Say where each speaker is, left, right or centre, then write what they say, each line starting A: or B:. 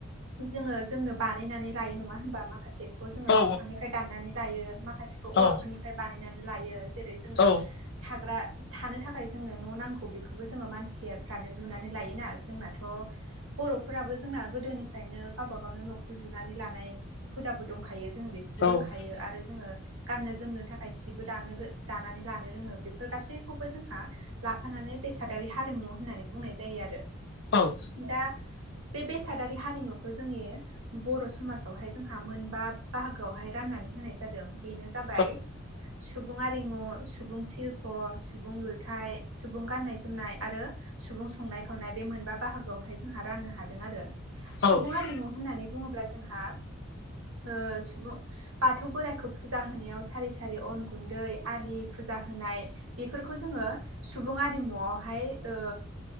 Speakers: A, on the right; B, on the left.
A: जोङो जोंनो बानायनानै लायो नङा होनबा माखासे। जोङो
B: औ
A: दंफांनिफ्राय दान्नानै लायो माखासेखौ औवाफोरनिफ्राय
B: औ
A: बानायनानै लायो जेरै जोङो
B: औ
A: थाग्रा थानो थाखाय जोंनो न' नांगौ जोङो मानसियाबो थानो लुनानै लायोना। जोंनाथ'। बर'फोराबो जोंना गोदोनिफ्रायनो गावबा गावनो न'खौ लुनानै लानाय हुदाबो दंखायो जोंङो बेखौ।
B: औ
A: बो रोंखायो आरो जोङो। गाननो जोमनो थाखाय सिबो दानो रों दानानै लानो रोङो बेफोर गासैखौबो जोंहा। लाफानानै बेसादारि हारिमु होननानै बुंनाय जायो आरो।
B: औ।
A: दा बे बेसादारि हारिमुखौ जोंनि। बर' समाजावहाय जोंहा मोनबा बाहागोआवहाय राननानै होनाय जादों बेनो। जाबाय
B: औ
A: सुबुं आरिमु सुबुं सिल्प सुबुं लुथाइ। सुबुं गाननाय जोमनाय आरो सुबुं संनाय खावनाय बे मोनबा बाहागोआवहाय जोंहा राननो हादों आरो।
B: औ
A: सुबुं आरिमु होननानै बुङोब्ला जोंहा। ओ सुबुं बाथौ बोराइखौ फुजा होनायाव सारि सारि अन गुन्दै आलि। फुजा होनाय बेफोरखौ जोंङो। सुबुं आरिमुआवहाय ओ